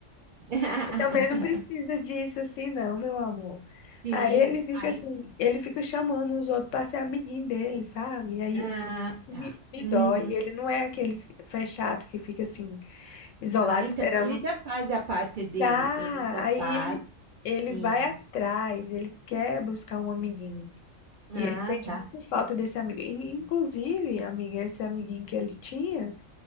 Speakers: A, on the right; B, on the left.
A: <laughs>
B: E também não precisa disso assim, não, meu amor.
A: Sim,
B: Aí ele fica
A: aí,
B: assim, ele fica chamando os outros para ser amiguinho dele, sabe? E aí
A: ah,
B: isso me,
A: tá.
B: me
A: Uhum.
B: dói. Ele não é aquele fechado que fica assim, isolado,
A: Ah, então
B: esperando.
A: ele já faz a parte dele,
B: Ah,
A: ele já
B: aí
A: faz.
B: ele, ele
A: Isso.
B: vai atrás, ele quer buscar um amiguinho.
A: Ah,
B: E ele sente
A: tá.
B: muita falta desse amigo. E, Inclusive, amiga, esse amiguinho que ele tinha,